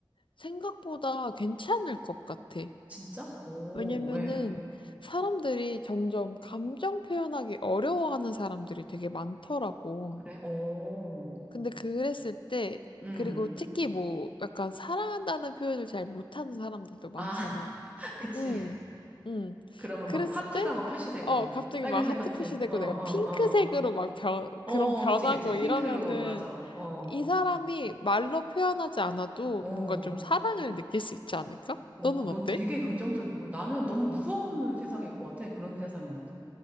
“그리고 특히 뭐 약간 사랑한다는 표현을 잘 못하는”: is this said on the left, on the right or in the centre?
Left